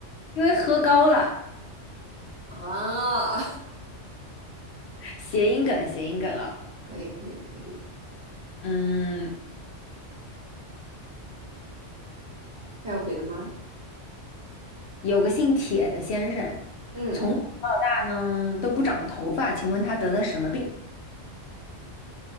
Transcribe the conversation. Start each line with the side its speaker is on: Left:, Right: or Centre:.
Left: 因为喝高了，
Right: 啊？
Left: 谐音梗，谐音梗啊。
Right: <laughs> 可以，可以，可以。
Left: 嗯，
Right: 还有别的吗？
Left: 有个姓铁的先生，
Right: 嗯，
Left: 从小到大呢都不长头发，请问他得了什么病？